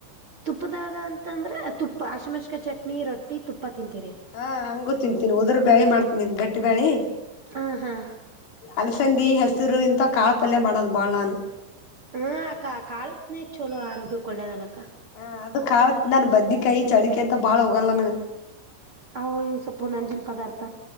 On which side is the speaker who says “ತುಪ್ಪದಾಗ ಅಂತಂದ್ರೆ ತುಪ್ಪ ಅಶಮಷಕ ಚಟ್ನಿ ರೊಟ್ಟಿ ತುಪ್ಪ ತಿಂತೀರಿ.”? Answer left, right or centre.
Right